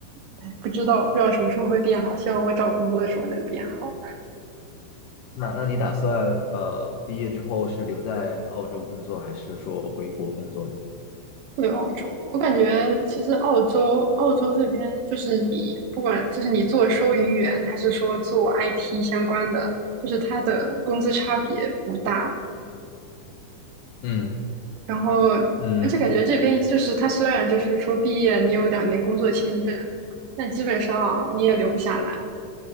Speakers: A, on the right; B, on the left.
A: 哎，不知道，不知道什么时候会变好。希望我找工作的时候能变好。
B: 那那你打算呃毕业之后是留在澳洲工作，还是说回国工作呢？
A: 对，澳洲，我感觉其实澳洲，澳洲这边就是你不管就是你做收银员还是说做 IT 相关的，就是它的工资差别不大。
B: 嗯
A: 然后，
B: 嗯
A: 而且感觉这边就是它虽然就是说毕业你有两年工作签证，但基本上你也留不下来。